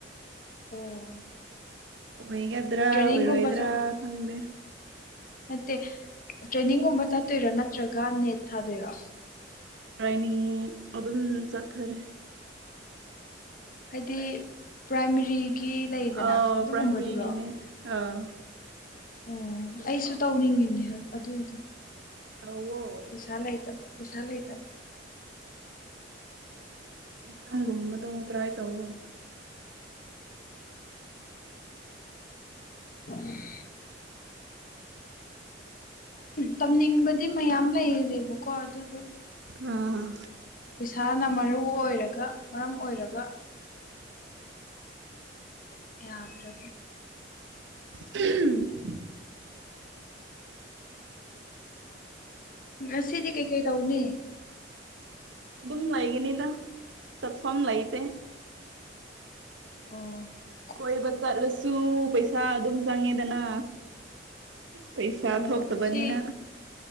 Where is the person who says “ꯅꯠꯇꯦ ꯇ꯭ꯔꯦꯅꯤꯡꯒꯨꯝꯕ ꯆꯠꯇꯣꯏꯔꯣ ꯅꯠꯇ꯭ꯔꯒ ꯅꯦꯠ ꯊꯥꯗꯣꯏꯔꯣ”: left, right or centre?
Left